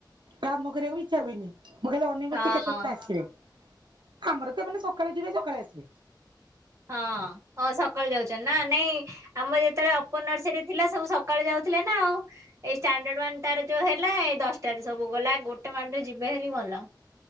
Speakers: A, on the right; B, on the right.
A: କାମ କରିବାକୁ ବି ଇଛା ହୁଏନି, ମୁଁ ଖାଲି ଅନେଇ
B: ହଁ।
A: ବସିଚି କେତେବେଳେ ସେ ଆସିବେ? ଆମର ତ ଏମାନେ ସକାଳେ ଯିବେ ସକାଳେ ଆସିବେ।
B: ହଁ, ହ ସକାଳୁ ଯାଉଛନ୍ତି ନା, ନାଇଁ ଆମର ଯେତେବେଳେ ଅପର ନର୍ସରୀ ଥିଲା, ସବୁ ସକାଳୁ ଯାଉଥିଲେ ନା ଆଉ, ଏଇ ଷ୍ଟାଣ୍ଡାର୍ଡ଼ ୱାନ ତାର ଯୋଉ ହେଲା, ଏ ଦଶଟା ତାରେ ସବୁ ଗଲା, ଗୋଟେ ମାଡ଼ରେ ଯିବେ ହେରି ଭଲ।